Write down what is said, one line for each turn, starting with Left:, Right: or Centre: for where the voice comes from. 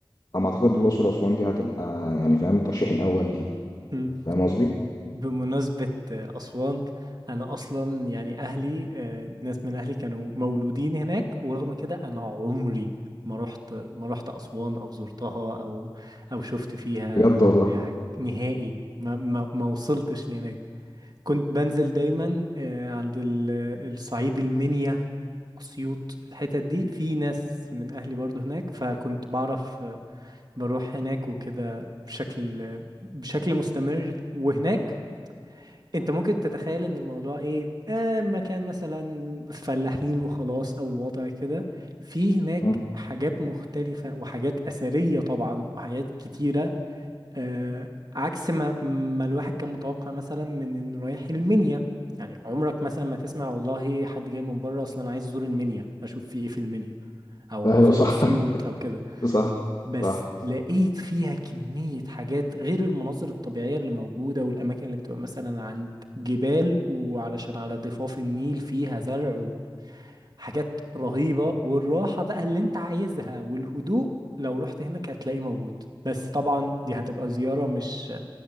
Left: انا ما اعتقد الاقصر واسوان دي هتبقى يعني فاهم الترشيح الاول ليه
Right: امم
Left: فاهم قصدي
Right: بمناسبة أسوان أنا أصلا يعني أهلي آه، ناس من أهلي كانوا مولودين هناك ورغم كده أنا عمري ما رحت ما رحت أسوان أو زرتها أو أو شفت فيها
Left: بجد والله
Right: أي حاجة نهائي ما ما ما وصلتش لهناك كنت بنزل دايما آه، عند ال- الصعيد المنيا أسيوط الحتت دي في ناس من أهلي برضو هناك فكنت بعرف آه، بروح هناك وكده بشكل بشكل مستمر وهناك انت ممكن تتخيل ان الموضوع ايه آه مكان مثلا فلاحين وخلاص او الوضع كده في هناك
Left: آه.
Right: حاجات مختلفة وحاجات أثرية طبعا وحاجات كتيرة آه عكس ما, ما الواحد كان متوقع مثلا من انه رايح المنيا يعني عمرك مثلا ما تسمع والله حد جاي من بره اصلا عايز ازور المنيا اشوف في ايه في المنيا او
Left: ايوه
Right: ازور
Left: صح
Right: اسيوط او كده
Left: <laughs> صح
Right: بس
Left: صح
Right: لقيت فيها كمية حاجات غير المناظر الطبيعية اللي موجودة والأماكن اللي بتبقى مثلا عند جبال وعلشان على ضفاف النيل فيها زرع وحاجات رهيبة والراحة بقى اللي انت عايزها والهدوء لو رحت هناك هتلاقيه موجود بس طبعا دي هتبقى زيارة مش